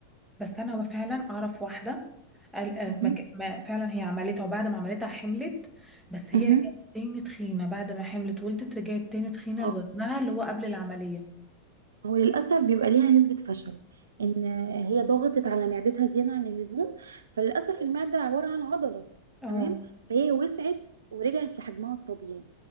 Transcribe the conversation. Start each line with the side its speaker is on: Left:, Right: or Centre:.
Centre: بس انا فعلا اعرف واحده قال آه،
Right: مهم.
Centre: ما ك- ما- فعلا هي عملتها وبعد ما عملتها حملت بس هي
Right: مهم.
Centre: رجعت تاني تخينه بعد ما حملت ولدت رجعت تاني تخينه
Right: اه
Centre: لوزنها اللي هو قبل العمليه
Right: هو للأسف بيبقى ليها نسبة فشل إن هي ضغطت على معدتها زيادة عن اللزوم فللأسف المعدة عبارة عن عضلة
Centre: اه
Right: تمام فهي وسعت ورجعت لحجمها الطبيعي